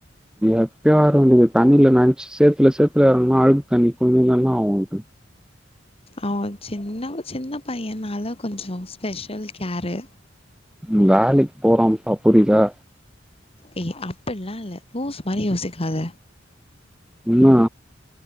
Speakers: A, in the centre; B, on the left (about 30°).
A: எப்ப <unintelligible> தண்ணில <inaudible> சேத்துல சேத்துல இறங்குனா அழுக்கு தண்ணி போயி என்னா ஆகு
B: அவ சின்ன சின்ன பையனால கொஞ்சோ ஸ்பெஷல் கேரு
A: ம் வேலைக்கு போற பா புரிதா
B: ஏய் அப்பல்லா இல்ல லூஸ் மாரி யோசிக்காத
A: என்னா